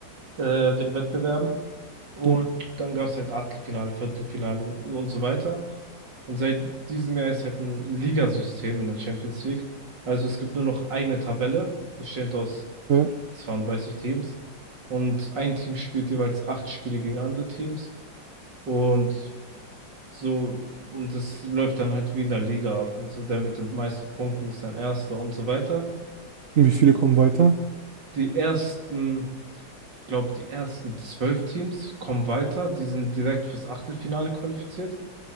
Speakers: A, on the right; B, on the right.
A: äh, den Wettbewerben. Und
B: Ja.
A: dann gab es halt Achtelfinale, Viertelfinale und so weiter. Und seit diesem Jahr ist halt ein Ligasystem in der Champions League. Also es gibt nur noch eine Tabelle, bestehend aus
B: Ja.
A: 32 Teams. Und ein Team spielt jeweils acht Spiele gegen andere Teams. Und so, und das läuft dann halt wie in der Liga ab. Also der mit den meisten Punkten ist dann Erster und so weiter.
B: Und wie viele kommen weiter?
A: Die ersten, glaub, die ersten zwölf Teams kommen weiter. Die sind direkt fürs Achtelfinale qualifiziert.